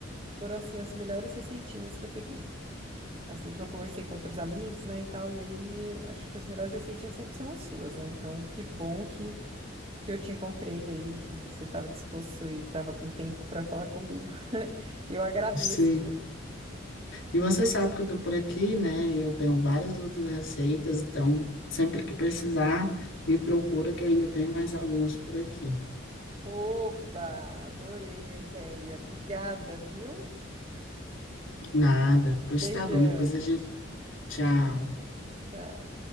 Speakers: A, on the right (about 30°); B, on the left (about 80°).
A: foram assim as melhores receitinhas que eu peguei. Assim que eu conversei com outros amigos, né, e tal, e aí acho que as melhores receitinhas sempre são as suas, né? Então, que bom que que eu te encontrei aí, que você estava disposto e estava com tempo para falar comigo. <laughs> Eu agradeço,
B: Sim.
A: viu?
B: E você sabe que eu tô por aqui, né? Eu tenho várias outras receitas, então sempre que precisar, me procura que ainda tem mais algumas por aqui.
A: Oba, adorei a ideia. Obrigada, viu?
B: Nada. Pois
A: Beijão.
B: tá bom, depois a gente. Tchau.
A: Tchau.